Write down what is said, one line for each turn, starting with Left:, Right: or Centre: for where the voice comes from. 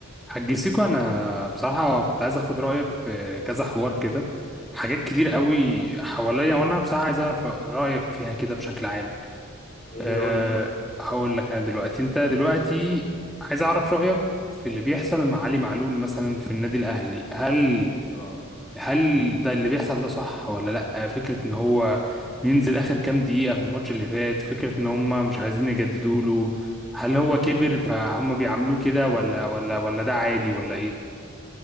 Centre: حاج سيكو انا بصراحه كنت عايز اخد رايك في كذا حوار كده حاجات كتير قوي حواليا وانا بصراحه عايز اعرف رايك فيها كده بشكل عام
Left: ايه
Centre: أه
Left: قول لي
Centre: هقول لك انا دلوقتي انت دلوقتي عايز اعرف رايك في اللي بيحصل مع علي معلول مثلا في النادي الاهلي هل
Left: اه
Centre: هل ده اللي بيحصل ده صح ولا لا فكره ان هو ينزل اخر كام دقيقه في الماتش اللي فات فكره ان هم مش عايزين يجددوا له هل هو كبر فهم بيعاملوه كده ولا ولا ولا ده عادي ولا ايه